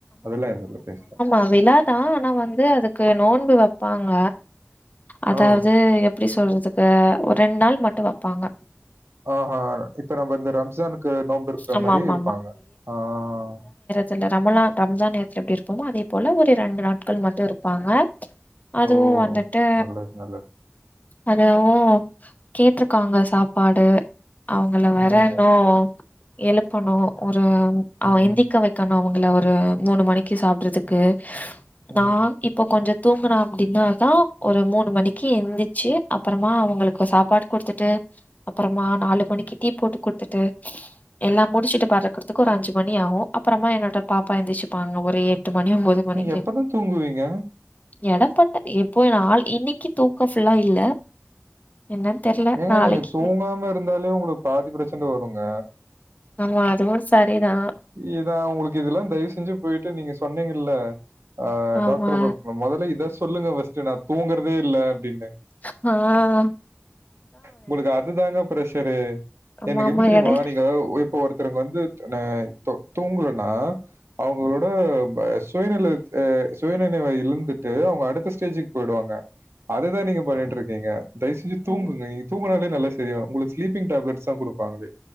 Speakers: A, on the right (about 85°); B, on the left (about 40°).
A: அதல்லா எது இல்ல பேசலா
B: அ விழாதா ஆனா வந்து அதுக்கு நோன்பு வைப்பாங்க அதாவது
A: ஓ!
B: எப்டி சொல்றதுக்கு ஒரு ரெண்டு நாள் மட்டு வப்பாங்க
A: ஆஹா இப்ப நம்ம இந்த ரம்சானுக்கு நோம்பு இருக்கற
B: ஆமா,
A: மாரி
B: ஆமா,
A: இருப்பாங்க அ அ
B: சில ரமலான் ரம்ஜான் நேரத்துல எப்டி இருப்போமோ அதே போல ஒரு ரெண்டு நாட்கள் மட்டு இருப்பாங்க அதுவு
A: ஓ!
B: வந்துட்டு
A: நல்லது, நல்லது.
B: அதுவு கேட்ருக்காங்க சாப்பாடு அவுங்கள வேற
A: ம்,
B: லோ எழுப்பணு ஒரு அவ
A: ம்,
B: எந்திக்க வை கண்ணா அவுங்கள ஒரு மூணு மணிக்கு சாப்பட்றதுக்கு நான்
A: ம்.
B: இப்போ கொஞ்சோ தூங்கனோ அப்டினா தா ஒரு மூணு மணிக்கு எந்தி வச்சு அப்பறமா அவங்களுக்கு சாப்பாடு குடுத்துட்டு அப்புறமா நாலு மணிக்கு டீ போட்டு குடுத்துட்டு
A: <inaudible>
B: எல்லா முடிச்சிட்டு பறக்குறக்கு ஒரு அஞ்சி மணி ஆகு அப்பறமா என்னோட பாப்பா எந்திச்சிப்பாங்க ஒரு எட்டு மணி ஒம்போது மணிக்கு
A: நீங்க எப்பதா தூங்குவீங்க
B: எடப்பட்ட எப்போ நா இன்னைக்கு தூக்கம் ஃபுல்லா இல்ல என்னன் தெர்ல
A: ஏங்க
B: நாளைக்கு
A: நீங்க தூங்காம இருந்தாலே உங்களுக்கு பாதி பிரச்சன வருங்க
B: ஆமா அதுவு சரிதா
A: இதா உங்களுக்கு இதல்லா தயவு செஞ்சு போயிட்டு நீங்க சொன்னீங்கல்ல ஆ
B: ஆமா
A: டாக்டர்ர பாக்க மொதல்ல இத சொல்லுங்க ஃபர்ஸ்ட்டு நா தூங்குறதே இல்ல அப்டீன்னு
B: ஹ
A: உங்களுக்கு அதுதாங்க ப்ரஷரு
B: ஆமா
A: எனக்கு எப்டி
B: ஆமா
A: தெரியுமா
B: எடையில
A: நீங்க ஒ இப் இப்போ ஒருத்தருங் வந்து நா தோ தூங்கலன்னா அவங்களோட ப்ப சுயநலத்த சுயநெனைவ இழுந்துட்டு அவுங்க அடுத்த ஸ்டேஜுக்கு போய்டுவாங்க அதுதா நீங்க பண்ணீட்ருக்கீங்க தைசெஞ் தூங்குங்க
B: ம்
A: நீங்க தூங்குனாலே நல்லா சரியாவு உங்குளுக்கு ஸ்லீப்பிங் டேப்லட்ஸ் தா குடுப்பாங்களே